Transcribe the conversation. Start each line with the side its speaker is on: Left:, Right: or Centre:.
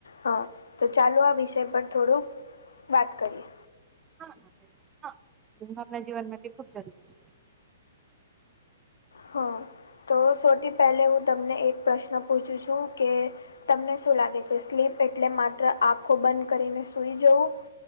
Left: હા તો ચાલો આ વિષય પર થોડુંક વાત કરીએ.
Right: હા હા ઉઘ આપણા જીવન માટે ખુબ જરૂરી છે.
Left: હા, તો સોટી પહેલે હું તમને એક પ્રશ્ન પૂછું છું કે તમને શું લાગે છે સ્લીપ એટલે માત્ર આખો બંધ કરીને સુઈ જવું?